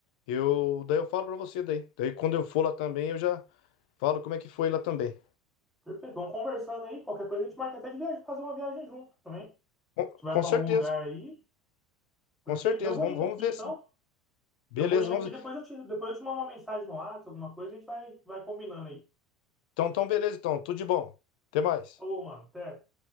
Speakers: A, on the left; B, in the centre.
A: eu daí eu falo para você daí. Daí quando eu for lá também eu já falo como é que foi lá também.
B: perfeito. Vamos conversando aí, qualquer coisa a gente marca até de viagem, fazer uma viagem junto também.
A: Com,
B: A gente vai
A: com
B: pra algum
A: certeza,
B: lugar aí,
A: com
B: perfeito.
A: certeza.
B: Eu vou
A: Vamos,
B: indo
A: vamos
B: aqui
A: ver
B: então.
A: sim. Beleza,
B: Eu vou indo
A: vamos.
B: aqui,
A: ver.
B: depois eu te, depois eu te mando uma mensagem no WhatsApp, alguma coisa, a gente vai, vai combinando aí.
A: Então, então beleza, então. Tudo de bom. Até mais.
B: Falou, mano, até.